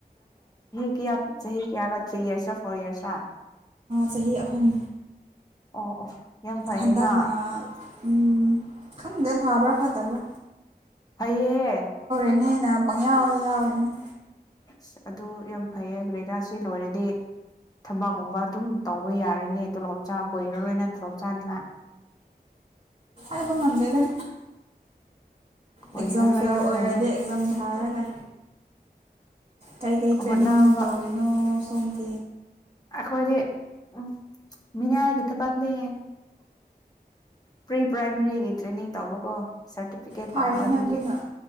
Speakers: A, on the left (about 20°); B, on the right (about 35°).
A: ꯀ ꯆꯍꯤ ꯀꯌꯥꯔ ꯊ꯭ꯔꯤ ꯏꯌꯔꯁ ꯐꯣꯔ ꯏꯌꯔꯁꯥ
B: ꯆꯍꯤ ꯑꯍꯨꯝ
A: ꯑꯣ ꯑꯣ ꯌꯥꯝ ꯐꯩꯌꯦꯅ
B: ꯍꯟꯗꯛꯅ ꯎꯝ ꯈꯪꯗꯦ ꯐꯕ꯭ꯔꯥ ꯐꯠꯇꯕ꯭ꯔꯥ
A: ꯐꯩꯌꯦ ꯍ
B: ꯅꯦ ꯌꯥꯎꯗ ꯌꯥꯎꯗꯅꯤ
A: ꯑꯁ ꯑꯗꯨ ꯌꯥꯝ ꯐꯩꯌꯦ ꯒꯦꯅꯥꯁꯤ ꯂꯣꯏꯔꯗꯤ ꯊꯕꯛꯀꯨꯝꯕ ꯑꯗꯨꯝ ꯇꯧꯕ ꯌꯥꯔꯅꯤ ꯇꯣꯂꯣꯞ ꯆꯥ ꯀꯣꯏꯔꯔꯣꯏꯅ ꯇꯣꯂꯣꯞ ꯆꯥꯅꯤꯉꯥꯏ
B: ꯑꯕ ꯑꯃꯗꯗ
A: ꯑꯣꯏꯔꯔꯣꯏ
B: ꯑꯦꯛꯖꯥꯝ ꯐꯦꯜ
A: ꯌꯥꯝ
B: ꯑꯣꯏꯔꯗꯤ
A: ꯐꯩꯌꯦ
B: ꯑꯦꯛꯖꯥꯝ ꯊꯥꯔꯒ ꯀꯩꯀꯩ ꯇ꯭ꯔꯦꯅꯤꯡ
A: ꯍꯣꯠꯅꯕ
B: ꯇꯧꯔꯤꯅꯣ ꯁꯣꯝꯗ
A: ꯑꯩꯈꯣꯏꯗꯤ ꯎ ꯃꯤꯅꯥꯏꯒꯤ ꯊꯕꯛꯅꯦ ꯄ꯭ꯔꯤ ꯄ꯭ꯔꯥꯏꯃꯔꯤꯒꯤ ꯇ꯭ꯔꯦꯅꯤꯡ ꯇꯧꯕꯀꯣ ꯁꯥꯔꯇꯤꯐꯤꯀꯦꯠ
B: ꯐꯔꯦꯅ
A: ꯄꯥꯝꯕ ꯑꯗꯨꯒꯤ
B: ꯑꯗꯨꯅ